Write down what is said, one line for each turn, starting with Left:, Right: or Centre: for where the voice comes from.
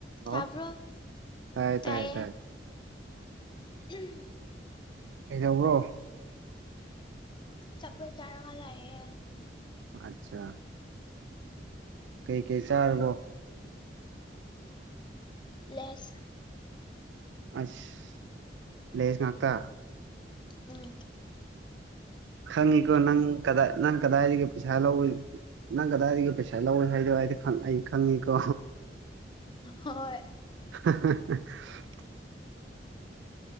Right: hello
Left: ꯊꯕ꯭ꯔꯣ
Right: ꯇꯥꯏ
Left: ꯇꯥꯏꯌꯦ
Right: ꯇꯥꯏ ꯇꯥꯏ
Left: <unintelligible>
Right: ꯀꯩꯗꯧꯕꯔꯣ
Left: ꯑꯆꯄꯣꯠ ꯆꯥꯔꯒ ꯂꯥꯏꯑꯦ
Right: ꯑꯆꯥ ꯀꯩ ꯀꯩ ꯆꯥꯔꯕꯣ
Left: ꯂꯦꯁ
Right: ꯑꯁ ꯂꯦꯁ ꯉꯛꯇꯥ
Left: ꯎꯝ
Right: ꯈꯪꯉꯤꯀꯣ ꯅꯪ ꯀꯗꯥꯏ ꯅꯪ ꯀꯗꯥꯏꯗꯒꯤ ꯄꯩꯁꯥ ꯂꯧꯔꯨꯏ ꯅꯪ ꯀꯗꯥꯏꯗꯒꯤ ꯄꯩꯁꯥ ꯂꯧꯋꯦ ꯍꯥꯏꯗꫭ ꯑꯩꯗꯤ ꯈꯪ ꯑꯩ ꯈꯪꯉꯤꯀꯣ
Left: ꯍꯣꯏ
Right: <unintelligible>